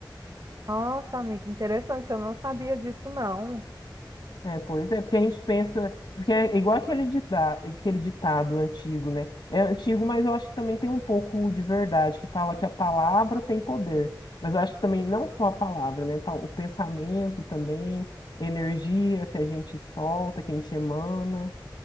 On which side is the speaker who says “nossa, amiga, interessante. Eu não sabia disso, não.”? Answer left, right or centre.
Right